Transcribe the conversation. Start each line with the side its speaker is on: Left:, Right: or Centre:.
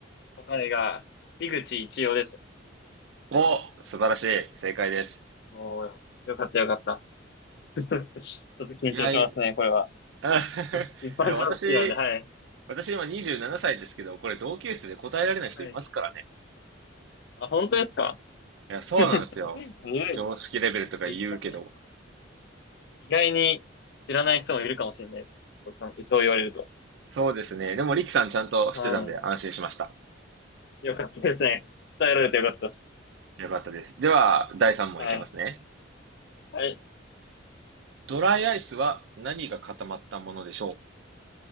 Left: 答えが、樋口一葉です。
Right: お、素晴らしい。正解です。
Left: もう、よかったよかった。<laughs> ちょっと緊張しますね、
Right: いや、い
Left: これは。
Right: <laughs>
Left: <laughs> 一般常識なんで、
Right: いや、私、
Left: はい。
Right: 私今27歳ですけど、これ同級生で答えられない人いますからね。
Left: はい。あ、本当ですか
Right: いや、
Left: <laughs>
Right: そうなんですよ。
Left: すごい <laughs>。
Right: 常識レベルとか言うけど。
Left: 一冊意外に知らない人もいるかもしれないですね。そうかそう言われると。
Right: そうですね。でも、リキさんちゃんとしてたんで安心しました。
Left: はい。よかったですね。伝えられてよかったです。
Right: よかったです。では、第3問いけますね。
Left: はい。はい。
Right: ドライアイスは何が固まったものでしょ